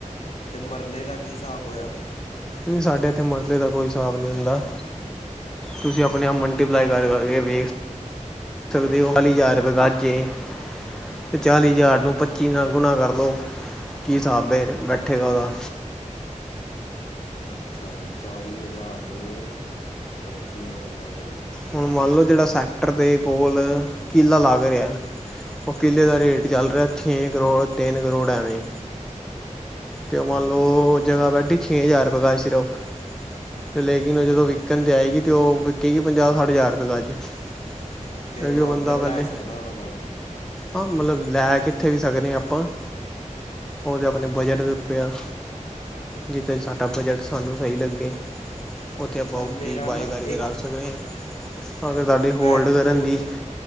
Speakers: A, on the left; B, in the centre.
A: ਤੇ ਮਰਲੇ ਦਾ ਕੀ ਹਿਸਾਬ ਹੋਇਆ ਫਿਰ?
B: ਨੀ ਸਾਡੇ ਇੱਥੇ ਮਸਲੇ ਦਾ ਕੋਈ ਹਿਸਾਬ ਨਹੀਂ ਹੁੰਦਾ। ਤੁਸੀਂ ਆਪਣੇ ਆਪ ਮਲਟੀਪਲਾਈ ਕਰ-ਕਰਕੇ ਵੇਖ ਸਕਦੇ ਹੋ, ਹਾਲੀ ਹਜ਼ਾਰ ਰੁਪਏ ਗੱਜ ਏ। ਤੇ ਚਾਲੀ ਹਜ਼ਾਰ ਨੂੰ ਪੱਚੀ ਨਾਲ ਗੁਣਾ ਕਰਲੋ, ਕੀ ਹਿਸਾਬ ਹੈ ਬੈਠੇਗਾ ਉਹਦਾ।
A: ਅੱਛਾ ਜੀ ਚਾਲੀ ਹਜ਼ਾਰ ਨੂ ਪੱਚੀ ਨਾਲ ਗੁਣਾ ਕਰੀਏ।
B: ਹੁਣ ਮੰਨ ਲਓ ਜਿਹੜਾ ਸੈਕਟਰ ਦੇ ਕੋਲ ਕਿਲਾ ਲਾਗ ਰਿਹਾ ਹੇ ਉਹ ਕਿੱਲੇ
A: ਅੱਛਾ
B: ਦਾ ਰੇਟ ਚੱਲ ਰਿਹਾ, ਛੇ ਕਰੋੜ ਤਿੰਨ ਕਰੋੜ ਐਵੇਂ ਤੇ ਉਹ ਮੰਨ
A: ਹਾਂਜੀ
B: ਲਓ ਜਗ੍ਹਾ ਬੈਢੀ ਛੇ ਹਜ਼ਾਰ ਰੁਪਏ ਗਜ ਸਿਰਫ। ਤੇ ਲੇਕਿਨ ਜਦੋਂ ਵਿਕਣ ਤੇ ਆਏਗੀ ਤੇ ਉਹ ਵਿਕਕੇਗੀ ਪੰਜਾਹ ਸੱਠ ਹਜ਼ਾਰ ਰੁਪਏ ਗੱਜ। ਕਿਉਂਕਿ
A: ਫੇਰ ਮੈਂ
B: ਉਹ ਬੰਦਾ
A: ਉੱਧਰ ਲੈ
B: ਪਹਿਲੇ
A: ਸਕਦਾ ਵਾਂ ਏਦਾ ਮਤਲਬ।
B: ਹਾਂ ਮਤਲਬ ਲੈ ਕਿੱਥੇ ਵੀ ਸਕਦੇ ਹਾਂ ਆਪਾਂ ਉ ਦੇ ਆਪਣੇ ਬਜਟ ਦੇ ਪਿਆ। ਜਿਥੇ ਸਾਡਾ ਬਜਟ
A: ਅੱਛਾ
B: ਸਾਨੂੰ
A: ਜੀ
B: ਸਹੀ ਲੱਗੇ। ਉੱਥੇ ਆਪਾਂ
A: ਪਰ
B: ਉਹ
A: ਮੇਰਾ
B: ਚੀਜ਼ ਬਾਏ
A: ਨਾ
B: ਕਰਕੇ
A: ਇੱਕ
B: ਰੱਖ ਸਕਦੇ ਹਾਂ। ਅਗਰ ਤੁਹਾਡੇ ਹੋਲਡ
A: ਮੈਂ ਇੱਕ
B: ਕਰਨ
A: ਹੋਰ
B: ਦੀ
A: ਸੋ